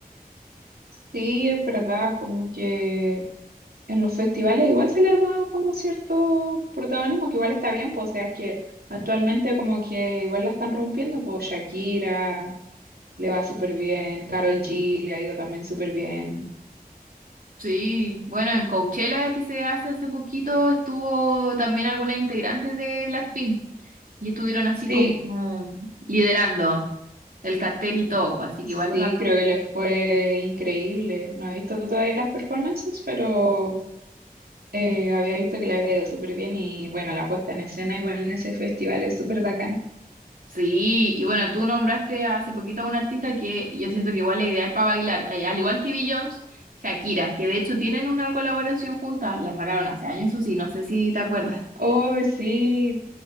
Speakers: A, on the right (about 85°); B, on the right (about 65°).
A: sí, es verdad, como que en los festivales igual se le ha dado como cierto protagonismo, que igual está bien, pues, o sea, es que actualmente como que igual la están rompiendo, pues Shakira le va súper bien, Karol G le ha ido también súper bien.
B: Sí, bueno, en Coachella que se hace hace poquito estuvo también algunas integrantes de Blackpink. Y estuvieron así
A: Sí,
B: como liderando el cartel y todo, pues, así que
A: Sí,
B: igual es bacán.
A: creo que les fue increíble. No he visto todavía las performances, pero eh, había visto que le había ido súper bien y bueno, la puesta en escena igual en ese festival es súper bacán.
B: Sí, y bueno, tú nombraste hace poquito a una artista que yo siento que igual es ideal para bailar, eh, al igual que Beyoncé, Shakira, que de hecho tienen una colaboración juntas, la sacaron hace años, eso sí, no sé si te acuerdas.
A: Oh, sí,